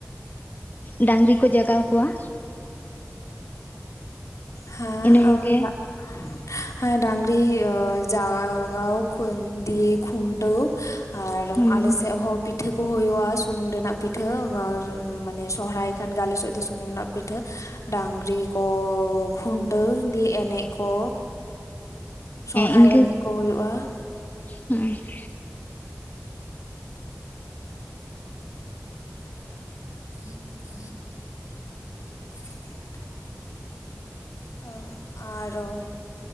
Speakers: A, on the left; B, on the left.
A: ᱰᱟᱝᱨᱤ ᱠᱚ ᱡᱟᱜᱟᱣ ᱠᱚᱣᱟ,
B: ᱦᱮᱸ
A: ᱤᱱᱟᱹ ᱠᱚᱜᱮ
B: <unintelligible> ᱦᱮᱸ ᱰᱟᱝᱨᱤ ᱡᱟᱜᱟᱣ ᱫᱤᱭᱮ ᱠᱷᱩᱱᱴᱟᱹᱣ, ᱟᱨ
A: ᱦᱩᱸ
B: ᱟᱞᱮ ᱥᱮᱫ ᱦᱚᱸ ᱯᱤ ᱴᱷᱟᱹ ᱠᱚ ᱦᱩᱭᱩᱜᱼ᱾ ᱥᱩᱱᱩᱢ ᱨᱮᱱᱟᱜ ᱯᱤᱴᱷᱟᱹ ᱟᱨ ᱢᱟᱱᱮ ᱥᱚᱦᱨᱟᱭ ᱠᱷᱟᱱ ᱜᱮ ᱟᱞᱮ ᱥᱮᱫ ᱫᱚ ᱥᱩᱱᱩᱢ ᱨᱮᱱᱟᱜ ᱯᱤᱴᱷᱟᱹ ᱰᱟᱝᱨᱤ ᱠᱚ ᱠᱷᱩᱱᱴᱟᱹᱣ, ᱫᱤᱭᱮ ᱮᱱᱮᱡ ᱠᱚ ᱥᱚᱦᱨᱟᱭ
A: ᱤᱱᱠᱟᱹ
B: ᱮᱱᱮᱡ ᱠᱚ ᱦᱩᱭᱩᱜᱼᱟ ᱾
A: ᱦᱮᱸ <inaudible>
B: <unintelligible> <unintelligible> ᱚ ᱟᱨᱚ